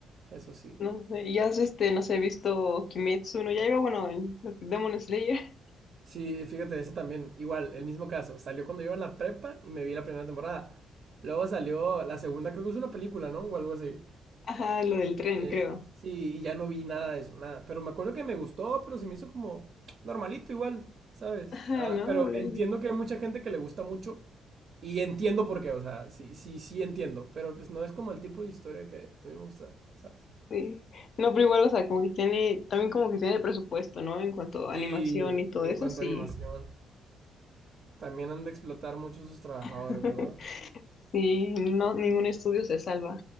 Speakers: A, on the right; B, on the left.
A: Eso sí.
B: No sé, ya has este, no sé, visto Kimetsu no Yaiba, bueno, el- lo que- Demon Slayer. <laughs>
A: Sí, fíjate, ese también, igual, el mismo caso. Salió cuando yo iba en la prepa y me vi la primera temporada. Luego salió la segunda, creo que es una película, ¿no? O algo así.
B: Ajá, lo del tren,
A: Eh,
B: creo.
A: sí, y ya no vi nada de eso, nada. Pero me acuerdo que me gustó, pero se me hizo como normalito igual, ¿sabes?
B: Ajá,
A: Ah,
B: ¿no?
A: pero
B: De-
A: entiendo que hay mucha gente que le gusta mucho y entiendo por qué, o sea, sí, sí, sí entiendo, pero pues no es como el tipo de historia que a mí me gusta, ¿sabes?
B: Sí. No, pero igual, o sea, como que tiene, también como que tiene presupuesto, ¿no? En cuanto a
A: Sí,
B: animación y todo
A: en
B: eso,
A: cuanto
B: sí.
A: a animación, también han de explotar mucho sus trabajadores,
B: <laughs>
A: ¿verdad?
B: Sí, no, ningún estudio se salva.